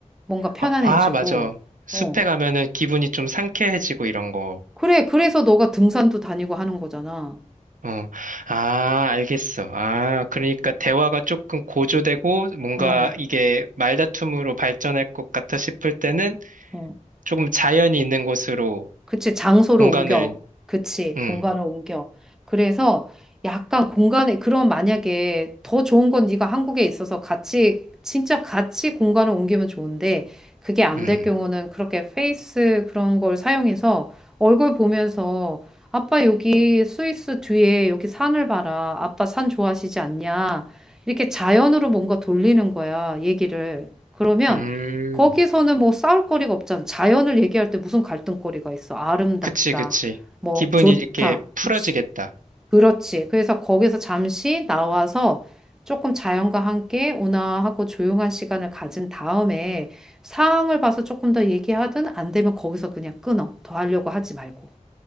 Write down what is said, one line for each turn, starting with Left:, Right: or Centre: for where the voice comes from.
Centre: 뭔가 편안해지고.
Right: 아, 아, 맞아. 숲에
Centre: 어.
Right: 가면은 기분이 좀 상쾌해지고 이런 거.
Centre: 그래, 그래서 너가 등산도 다니고 하는 거잖아.
Right: 어, 아, 알겠어. 아, 그러니까 대화가 조금 고조되고 뭔가
Centre: 어.
Right: 이게 말다툼으로 발전할 것 같아 싶을 때는
Centre: 어.
Right: 조금 자연이 있는 곳으로
Centre: 그치, 장소를
Right: 공간을,
Centre: 옮겨. 그치,
Right: 음,
Centre: 공간을 옮겨. 그래서 약간 공간에, 그럼 만약에 더 좋은 건 네가 한국에 있어서 같이, 진짜 같이 공간을 옮기면 좋은데, 그게 안
Right: 음,
Centre: 될 경우는 그렇게 페이스 그런 걸 사용해서 얼굴 보면서, 아빠 여기 스위스 뒤에 여기 산을 봐라. 아빠 산 좋아하시지 않냐. 이렇게 자연으로 뭔가 돌리는 거야, 얘기를. 그러면
Right: 음.
Centre: 거기서는 뭐 싸울 거리가 없잖아. 자연을 얘기할 때 무슨 갈등거리가 있어? 아름답다,
Right: 그치, 그치.
Centre: 뭐
Right: 기분이
Centre: 좋다,
Right: 이렇게 풀어지겠다.
Centre: 그치. 그렇지. 그래서 거기서 잠시 나와서 조금 자연과 함께 온화하고 조용한 시간을 가진 다음에 상황을 봐서 조금 더 얘기하든 안 되면 거기서 그냥 끊어. 더 하려고 하지 말고.